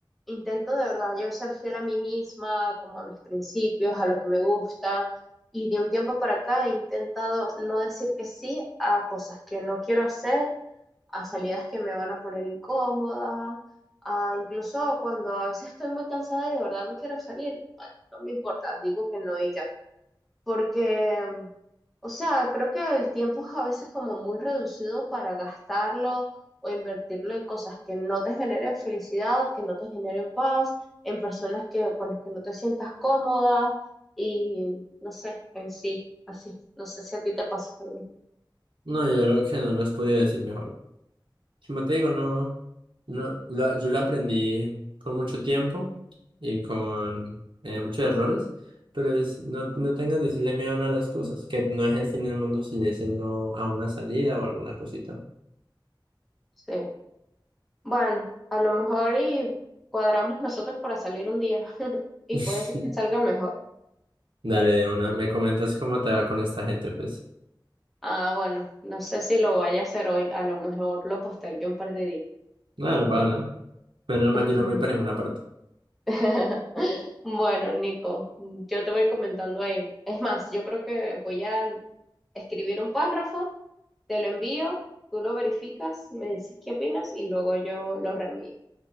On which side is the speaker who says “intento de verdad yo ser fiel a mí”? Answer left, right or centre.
Centre